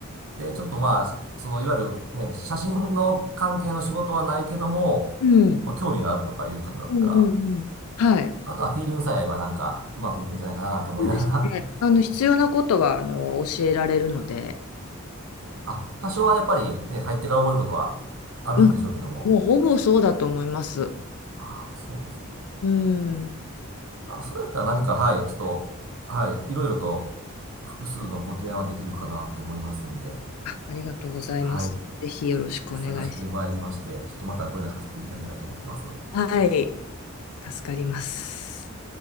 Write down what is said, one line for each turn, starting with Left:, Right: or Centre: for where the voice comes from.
Right: で、ちょっとまあ、その、いわゆるね、写真の関係の仕事はないけども、
Left: うん。
Right: まあ、興味があるとかいう方だったら、
Left: うんうんうん。はい。
Right: あとはフィーリングさえ合えばなんかうまくいくんじゃないかななんて思いながら
Left: そうですね。あの、必要なことは、あの、教えられるので、
Right: <laughs> あ、多少はやっぱりね、入ってから覚えることはあるんでしょうけども。
Left: うん。もうほぼそうだと思います。
Right: ああ、そうですか。
Left: うん。
Right: あ、それやったら何か、はい、ちょっと、はい、いろいろと複数のご提案はできるかなと思いますんで、
Left: あ、ありがとうございます。
Right: はい、
Left: ぜひよろしくお願いし
Right: 探してまいりまして、ちょっとまたご連絡させていただきたいなと思ってます。
Left: ます。はい。助かります。